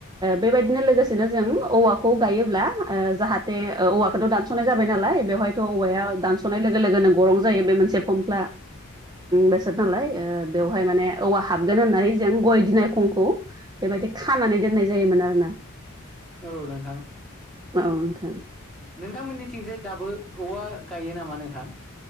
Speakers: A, on the right; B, in the centre.
A: बेबायदिनो लोगोसेनो जों औवाखौ गायोब्ला जाहा थे औवाखौथ' दानस'नाय जाबाय नालाय बेवहायथ' औवाया दानस'नाय लोगो लोगोनो गरं जायो बे मोनसे फमफ्ला बेसाद नालाय बेवहाय माने औवा हाबगोन होननानै जों गय दिनाय खंखौ बेबायदि खानानै दोननाय जायोमोन आरोना।
B: औ नोंथां।
A: औ नोंथां।
B: नोंथांमोननिथिंजाय दाबो औवा गायो नामा नोंथां?